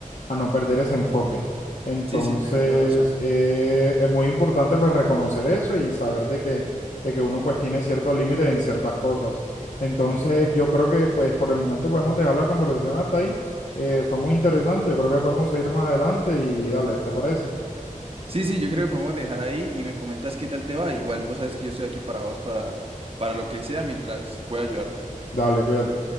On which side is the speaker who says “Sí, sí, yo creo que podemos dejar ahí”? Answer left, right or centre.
Right